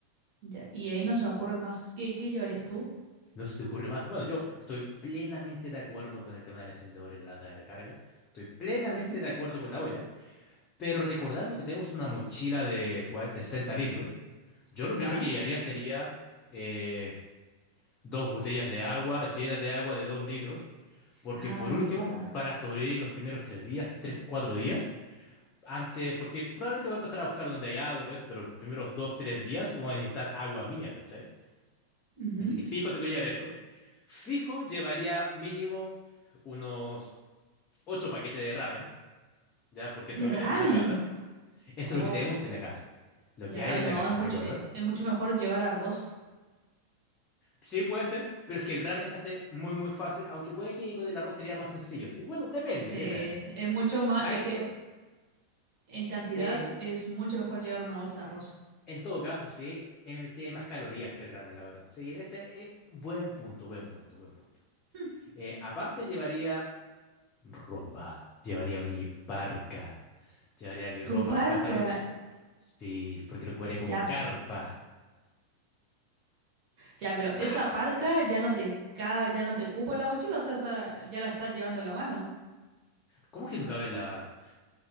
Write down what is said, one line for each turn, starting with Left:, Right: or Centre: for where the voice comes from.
Right: Ya. Y ahí no se me ocurren más. ¿Qué, qué llevarías tú?
Left: No se te ocurre más. Bueno, yo estoy plenamente de acuerdo con el tema del encendedor y la lata de recarga. Estoy plenamente
Right: Ujú,
Left: de acuerdo con la olla. Pero recordando que tenemos una mochila de, cua- de 60 litros, yo lo
Right: Ya.
Left: primero que llevaría sería eh, dos botellas de agua, llenas de agua de 2 litros, porque
Right: Ay,
Left: por último,
Right: verdad.
Left: para sobrevivir los primeros 3 días, 3 4 días, antes, porque probablemente voy a empezar a buscar donde hay agua, todo eso, pero los primeros 2 3 días voy a necesitar agua mía, ¿cachai?
Right: Ujú.
Left: Así que fijo tengo que llevar eso. Fijo llevaría mínimo unos 8 paquetes de ramen, ¿ya? Porque eso
Right: De
Left: es lo
Right: ramen.
Left: que tengo en la casa. Eso
Right: Oh,
Left: es lo que tenemos en la casa. Lo
Right: ya,
Left: que hay en
Right: no,
Left: la casa,
Right: es mucho,
Left: ¿recuerda?
Right: e- es, mucho mejor llevar arroz.
Left: Sí, puede ser, pero es que el ramen se hace muy, muy fácil, aunque puede que con el arroz sería más sencillo, ¿sí? Bueno, depende,
Right: Sí,
Left: depende.
Right: es mucho más,
Left: Ahí
Right: es
Left: es
Right: que
Left: como,
Right: en cantidad
Left: eh,
Right: es mucho mejor llevar una bolsa de arroz.
Left: en todo caso, sí, eh, tiene más calorías que el ramen, la verdad. Sí, en ese, eh, buen punto, buen punto, buen punto.
Right: Hmm.
Left: Eh, aparte llevaría ropa, llevaría mi parca, llevaría mi
Right: Tu
Left: ropa,
Right: parca,
Left: pantalón. Sí, porque lo ocuparía como
Right: ya
Left: carpa.
Right: Ya, pero esa
Left: Ah,
Right: parca ya no te ca- ya no te cupo en la mochila, o sea, esa ya la estás llevando en la mano.
Left: ¿cómo que no cabe en la...